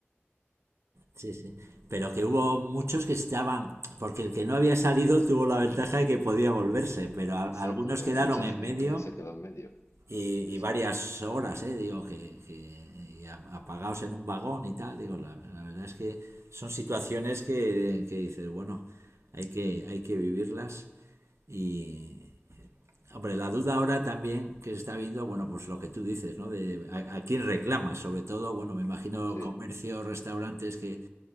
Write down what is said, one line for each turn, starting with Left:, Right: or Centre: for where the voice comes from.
Right: Sí, sí. Pero que hubo muchos que estaban, porque el que no había salido <laughs> tuvo la ventaja de que podía volverse, pero a- algunos
Left: Exacto, pero
Right: quedaron
Left: mucha
Right: en
Left: gente
Right: medio
Left: se quedó en medio.
Right: y,
Left: Sí,
Right: y
Left: sí,
Right: varias horas, eh, digo, que, que- y a- apagados en un vagón y tal, digo, la, la verdad es que son situaciones que, que dices, bueno, hay que, hay que vivirlas y, hombre, la duda ahora también que se está viendo, bueno, pues lo que tú dices, ¿no? De a, a quién reclamas, sobre todo, bueno, me imagino
Left: sí,
Right: comercios, restaurantes que